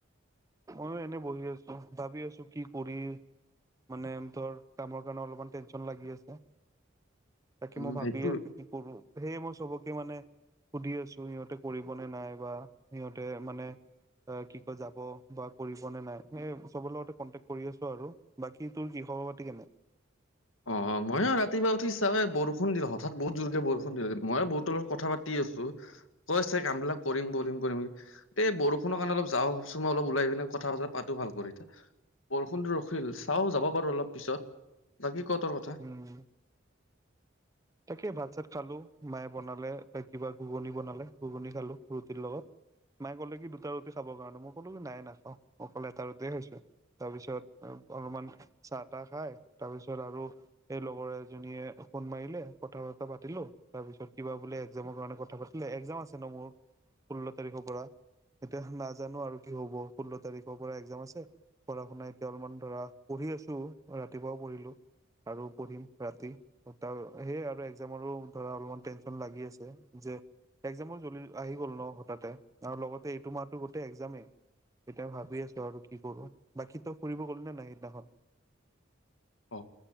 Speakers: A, on the right (about 15°); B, on the left (about 80°).
A: মইয়ো এনে বহি আছো ভাবি আছো কি কৰি? মানে ধৰ কামৰ কাৰণে অলপমান টেনচন লাগি আছে তাকে
B: উম
A: মই ভাবিয়েই
B: সেইটো
A: আছো কি কৰো সেয়ে মই চবকে মানে সুধি আছো সিহঁতে কৰিবনে নাই বা সিহঁতে মানে অ কি কয় যাব বা কৰিব নে নাই সেই চবৰ লগতে কনটেক্ট কৰি আছো আৰু বাকী তোৰ ক খবৰ পাতি কেনে <inaudible>
B: অ ময়ো ৰাতিপুৱা উঠিচে বৰষুণ দিলো হঠাৎ বহুত জোৰকে বৰষুণ দিলো মইয় বহুতলৰ কথা পাতি আছো কৈছে কাম বিলাক কৰিম কৰিম কৰিম এই বৰষুণৰ কাৰণে অলপ যাওঁ ভাবছোন মই অলপ ওলাই পিনে কথা পাত পাতো ভাল কৰ এতিয়া বৰষুণটো ৰখিল চাও যাব বাৰু অলপ পিছত বাকী ক তোৰ কথা
A: উম তাকে ভাত চাত খালো মায়ে বনালে বা কিবা ঘুগনি বনালে ঘুগনি খালো ৰুটিৰ লগত মায়ে কলে কি দুটা ৰুট খাবৰ কাৰণে মই ক'লো কি নাই নাখাওঁ মই ক'লে এটা ৰুটে হৈছো তাৰ পিছত অলপমান চাহ তাহ খাই তাৰপিছত আৰু সেই লগৰ এজনীয়ে সোণ মাৰিলে কথা ব পালো তাৰপিছত কিবা বোলে এক্জৰ কাৰণ কথা পাতিলে একাম আছে ন মোৰ ষোল্ল তাৰিখৰ পৰা এতিয়া নাজানো আৰু কি হ'ব ষোল্ল তাৰিখৰ পৰা এক্জাম আছে পঢ়া শুনা এতিয়া অলপমান ধৰা পঢ়ি আছো ৰাতিপুৱাও পঢ়িলো আৰু পঢ়িম ৰাতি তাৰ সেইয় আৰু একজামৰো ধৰা অলপমান টেনশ্যন লাগি আছে যে এক্জামো জ্বলি আহি গল ন হঠাতে আৰু লগতে এইটো মাহতো গোটেই এক্জামেই এতিয়া ভাবি আছো আৰু কি কৰো বাকী তই ফুৰিব গলনেে নাই সেইদিনাখন
B: অ